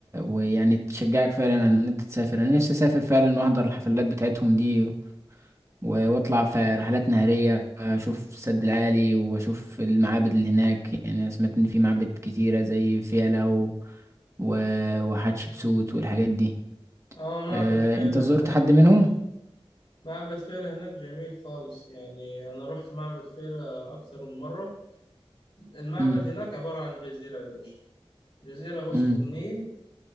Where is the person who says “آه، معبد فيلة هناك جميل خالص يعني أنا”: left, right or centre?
Left